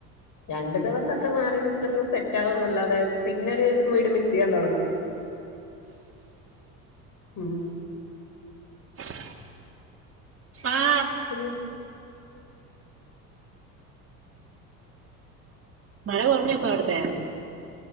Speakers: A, on the left; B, on the right.
A: രണ്ടു ദിവസ സൊക്കെ മാറി നിൽക്കുന്നെ സെറ്റാകുന്നല്ലാതെ പിന്നെരു വീട് മിസ് ചെയ്യാൻ തുടങ്ങും ഉം
B: <inaudible> ആഹ്
A: ഉം
B: മഴ കുറഞ്ഞോ ഇപ്പ അവിടത്തെ